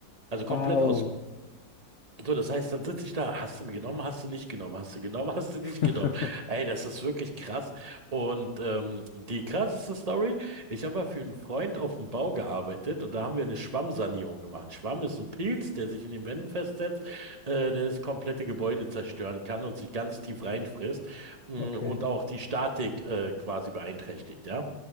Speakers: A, on the right; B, on the left.
A: Also komplett
B: Au.
A: so, das heißt, dann sitze ich da. Hast du mir genommen, hast du nicht genommen, hast du genommen, <laughs> hast du nicht
B: <laughs>
A: genommen. Ey, das ist wirklich krass. Und ähm, die krasseste Story, ich habe mal für einen Freund auf dem Bau gearbeitet und da haben wir eine Schwammsanierung gemacht. Schwamm ist ein Pilz, der sich in den Wänden festsetzt, äh, der das komplette Gebäude zerstören kann und sich ganz tief reinfrisst mm,
B: Okay.
A: und auch die Statik äh, quasi beeinträchtigt, ja.